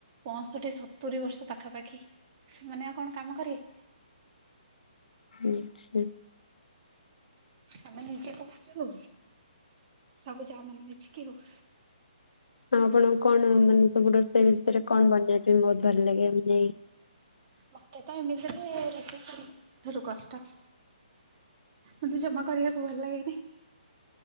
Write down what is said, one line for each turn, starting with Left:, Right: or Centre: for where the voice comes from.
Right: ପଞ୍ଚଷଠି ସତୁରିୀ ବର୍ଷ ପାଖାପାଖି ସେମାନେ ଆଉ କଣ କାମ କରିବେ
Left: ଆଛା
Right: ଆମେ ନିଜେ କହୁଛୁ ସବୁ ଯା ମାନେ ମିତିିକି ହଉ
Left: ଆପଣଙ୍କୁ କଣ ମାନେ ସବୁ ରୋଷେଇ ବିଷୟରେ କଣ ବନେଇବା ପାଇଁ ବହୁତ ଭଲ ଲାଗେ ମାନେ
Right: ମତେ ତ ଏମିତିରେ ରୋଷେଇ ସବୁଠାରୁ କଷ୍ଟ ମତେ ଜମା କରିବାକୁ ଭଲ ଲାଗେନି